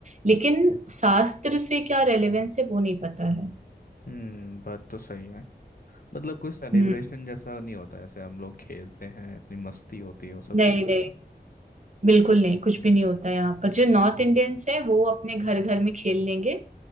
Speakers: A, on the right; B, on the left.
A: लेकिन शास्त्र से क्या रेलेवेंस है वो नहीं पता है
B: हम्म बात तो सही है मतलब कोई सेलिब्रेशन
A: हम्म
B: जैसा नहीं होता ऐसे हम लोग खेलते हैं इतनी मस्ती होती है वो सब
A: नहीं
B: कुछ
A: नहीं
B: करें
A: बिल्कुल नहीं कुछ भी नहीं होता है यहाँ पर जो नॉर्थ इंडियंस है वो अपने घर घर में खेल लेंगे